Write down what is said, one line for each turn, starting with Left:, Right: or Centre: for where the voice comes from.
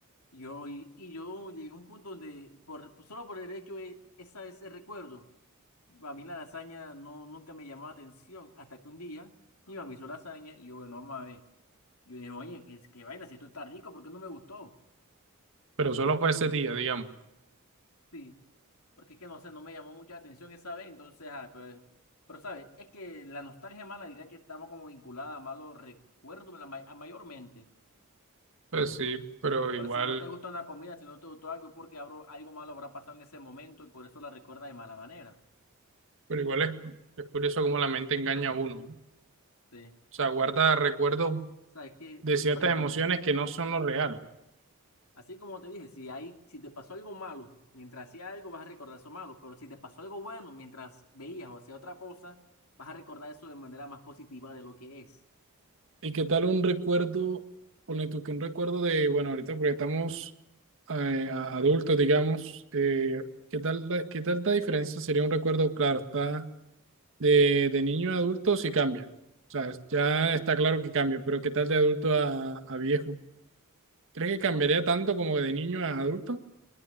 Left: Yo, y, y yo llegué a un punto donde, por, pues, solo por el hecho de esa, ese recuerdo, a mí la lasaña no, nunca me llamó la atención, hasta que un día mi mamá hizo lasaña y yo, bueno, vamos a ver. Yo dije, oye, qué, qué vaina, si esto está rico, ¿por qué no me gustó?
Right: Pero solo fue ese día, digamos.
Left: Sí, porque es que no sé, no me llamó mucha atención esa vez, entonces, ah, pues, pero sabes, es que la nostalgia mala diría que estamos como vinculada a malos recuerdos la ma- a mayormente.
Right: Pues sí, pero igual,
Left: Por si no te gusta una comida, si no te gustó algo, es porque abro- algo malo habrá pasado en ese momento y por eso la recuerda de mala manera.
Right: pero igual es, es curioso cómo la mente engaña a uno. ¿no? O
Left: Sí.
Right: sea, guarda recuerdos
Left: O sea, es que,
Right: de ciertas
Left: por ejemplo,
Right: emociones que no son lo real.
Left: así como te dije, si hay, si te pasó algo malo, mientras hacía algo vas a recordar eso malo, pero si te pasó algo bueno mientras veías o hacías otra cosa, vas a recordar eso de manera más positiva de lo que es.
Right: ¿Y qué tal un recuerdo, ponle tú que un recuerdo de, bueno, ahorita porque estamos eh, a- adultos, digamos, eh, ¿qué tal, la- qué tal la diferencia sería un recuerdo, claro, está de, de niño a adulto sí cambia, o sea, es- ya está claro que cambia, pero ¿qué tal de adulto a, a viejo? ¿Crees que cambiaría
Left: Bueno,
Right: tanto como de niño a adulto? O